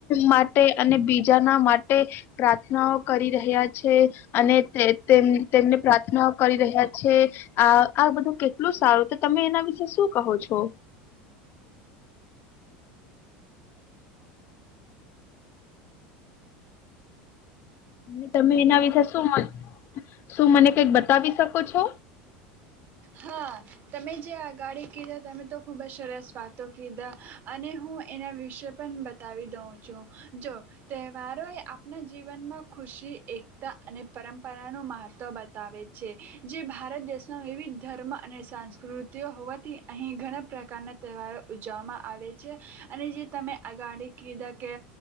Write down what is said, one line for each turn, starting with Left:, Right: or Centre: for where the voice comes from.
Left: માટે અને બીજાના માટે પ્રાર્થનાઓ. કરી રહ્યા છે. છે અને તેમ તેમને પ્રાર્થના કરી રહ્યા છે. આ આ બધું કેટલું સારું તો તમે એના વિશે શું કહો છો? અને તમે એના વિશેે શું મનો શું મને કઈક બતાવી શકો છો?
Right: હા તમે જે અગાડી કીધા તમે તો ખૂબ જ સરસ વાતો કીધા અને હું એના વિશે પણ બતાવી દઉં છું. જો તહેવારોએ આપણા જીવનમાં ખુશી એકતા અને પરંપરાનું મહત્ત્વ બતાવે છે જે ભારત દેશમાં એવી. ધર્મ અને સંસ્કૃતિઓ હોવાથી અહીં ઘણા પ્રકારના તહેવારો ઉજવવામાં આવે છે અને જે તમે અગાડી કીધા કે